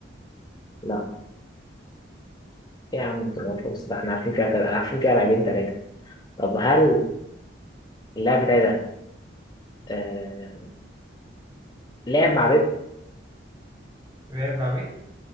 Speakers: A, on the left; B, on the right.
A: لا يا عم أنت ما فوز. ده إحنا عارفين فيها عارفين فيها لاعبين تلاتة طب هل اللاعب بتاعي ده آه لعب مع بيب
B: لعب مع مين